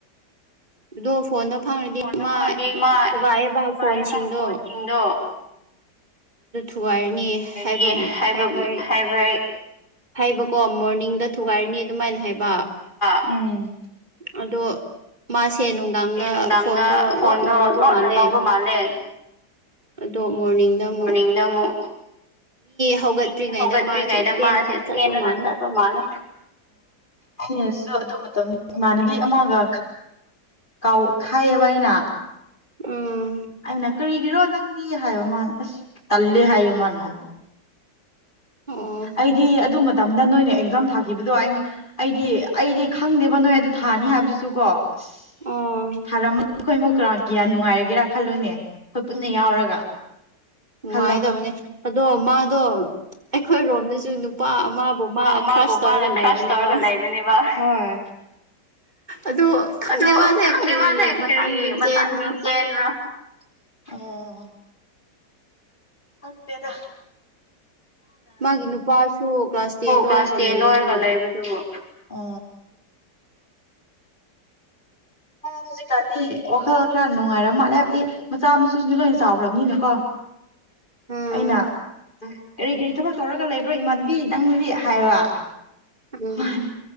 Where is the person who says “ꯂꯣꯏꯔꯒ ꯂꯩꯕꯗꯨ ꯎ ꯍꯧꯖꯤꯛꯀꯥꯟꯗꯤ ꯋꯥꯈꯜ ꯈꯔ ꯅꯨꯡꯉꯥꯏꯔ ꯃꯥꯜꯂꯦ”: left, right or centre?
Left